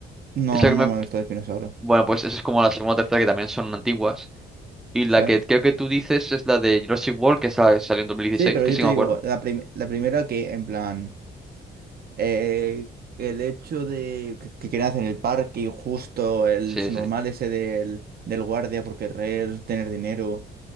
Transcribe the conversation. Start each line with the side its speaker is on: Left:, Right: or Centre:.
Right: No,
Centre: Esa que
Right: no
Centre: me...
Right: me he visto de dinosaurio.
Centre: Bueno, pues esa es como la segunda o tercera que también son antiguas. Y la
Right: Sí.
Centre: que creo que tú dices es la de Jurassic World, que sa- salió en 2016,
Right: Sí, pero
Centre: que
Right: yo
Centre: sí
Right: te
Centre: me
Right: digo,
Centre: acuerdo.
Right: la, prim- la primera que en plan. Eh, el hecho de que, que quieran hacer en el parque y justo el
Centre: Sí,
Right: su
Centre: sí.
Right: normal ese del, del guardia por querer tener dinero